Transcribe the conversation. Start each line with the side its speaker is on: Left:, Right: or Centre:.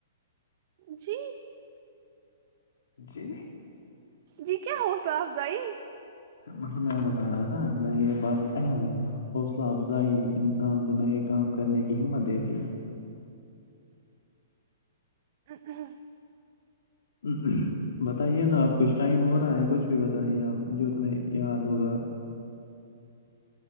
Right: جی
Left: جی
Right: جی کیا حوصلہ افزائی
Left: مطلب میں بتا رہا تھا یا یہ بات اہم ہے حوصلہ افزا انسان کو نئے کام کرنے کی ہمت دیتی ہے
Right: ہہمہہم
Left: ہ بتائیے نا اپ کچھ ٹائم ہو رہا ہے کچھ بھی بتائیے آپ جو تمہیں یاد ہوگا